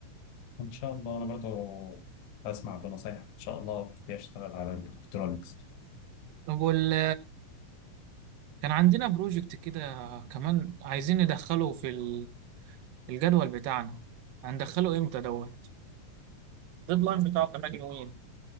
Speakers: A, on the left; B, on the right.
A: إن شاء الله أنا برضه هسمع بنصايحك إن شاء الله وابتدي أشتغل على الإلكترونيكس
B: طب وال... كان عندنا بروجكت كده كمان عايزين ندخله في ال- الجدول بتاعنا هندخله امتى دوت الديدلاين بتاعه كمان يومين